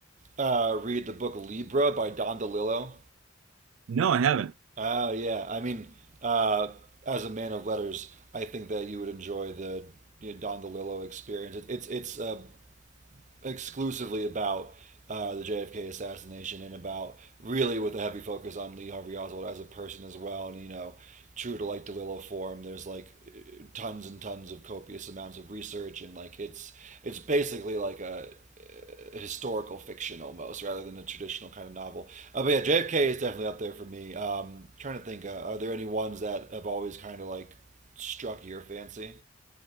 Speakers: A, on the right; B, on the right.
A: uh read the book Libra by Don DeLillo?
B: No, I haven't.
A: Oh yeah, I mean, uh, as a man of letters, I think that you would enjoy the you know, Don DeLillo experience. It, it's it's uh, exclusively about uh, the JFK assassination and about really with a heavy focus on Lee Harvey Oswald as a person as well. And you know, true to like DeLillo form, there's like tons and tons of copious amounts of research and like it's it's basically like a historical fiction almost rather than a traditional kind of novel. Uh, but yeah, JFK is definitely up there for me. Um, trying to think, uh, are there any ones that have always kind of like struck your fancy?